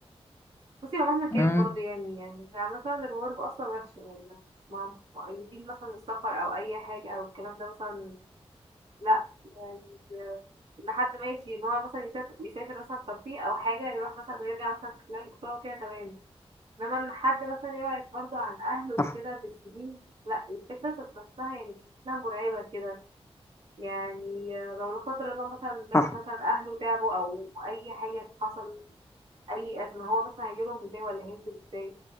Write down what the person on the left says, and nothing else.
امم
صح
صح